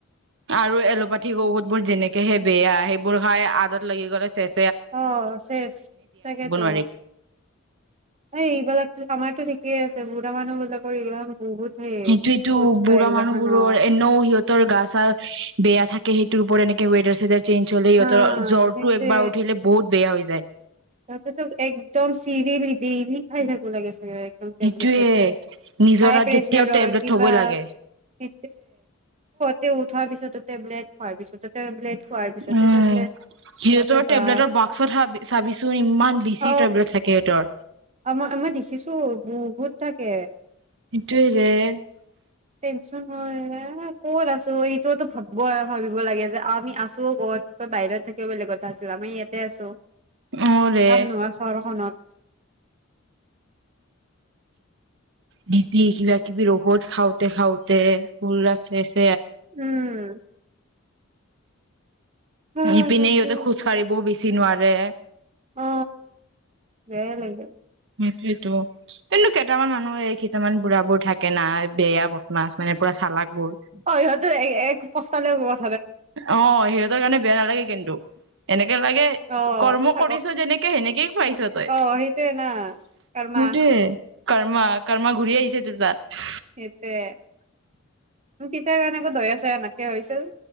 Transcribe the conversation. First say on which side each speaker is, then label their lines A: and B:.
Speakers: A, on the right; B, on the right.
A: আৰু এলোপাথিক ঔষধ বোৰ যেনেকেহে বেয়া সেইবোৰ খাই আদত লাগি গ'লে চেচ
B: অ শেষ তাকেতো
A: নোৱাৰি
B: এই এইবিলাক আমাৰতো ঠিকেই আছে বুঢ়া মানুহবিলাকৰ এইম বহুত সেই
A: সেইটোৱেইটো
B: চৌচলা
A: বুঢ়া
B: এইগিলাখানৰ
A: মানুহ বোৰৰ এনেও সিহঁতৰ গা চা বেয়া থাকে সেইটোৰ ওপৰত এনেক <unintelligible> চেঞ্জ হ'লে সিহঁতৰ
B: হা
A: জ্বৰটো
B: সেইটোয়ে
A: একবাৰ উঠিলে বহুত বেয়া হৈ যায়
B: ততেতো একদম চিৰিয়েলি ডেইলি খাই থাকিব লাগে <unintelligible>
A: সেইটোয়ে নিজৰাত
B: হাই প্ৰেচাৰৰ
A: যেতিয়াও টেবলেট
B: কিবা
A: থবই লাগে
B: তে তে উঠাৰ পিছত টেবলেট হয় পিছতো টেবলেট
A: উম
B: খোৱাৰ পিছতে টেবলেট
A: সিহঁতৰ
B: বাপৰে
A: টেবলেটৰ
B: বাপ
A: <unintelligible> বেছি
B: অ
A: টেবলেট থাকে সিহঁতৰ
B: আমই মই দেখিছো বহুত থাকে
A: <unintelligible>
B: টেনচন হয় ক'ত আছো এইটোতো ভাব ভাবিব লাগে যে আমি আছো ক'ত ক'ত বাহিৰত থাকি বেলেগ কথা আছিল আমি ইয়াতে আছো
A: অ ৰে
B: কামনোহোৱা চহৰখনত
A: ডিপি কিবা কিবি ৰোগত খাওঁতে খাওঁতে ফুল আছে
B: উম হা
A: ইপিনে
B: তাকে
A: সিহঁতে খোজ কাঢ়িবও বেছি চি নোৱাৰে
B: অ বেয়াই‌ লাগে
A: সেইটোৱেইটো কিন্তু কেইটামান মানুহ এই কেইটামান বুঢ়া বোৰ থাকে নাই বেয়া বদমাছ মানে পুৰা চালাক বোৰ
B: অ সিহঁতো এক <unintelligible>
A: অ <unintelligible> ৰ কাৰণে বেয়া নালাগে কিন্তু এনেকে লাগে
B: অ
A: কৰ্ম
B: থাকক
A: কৰিছ যেনেকে সেনেকেই পাইছ তই
B: অ সেইটোয়ে না
A: সেইটোৱেই
B: কৰ্মা
A: কৰ্মাক কৰ্মা ঘূৰি আহিছে তোৰ তাত
B: সেইটোৱে <unintelligible> কাৰণে একো দয়া চয়া <unintelligible> <unintelligible> হৈছিল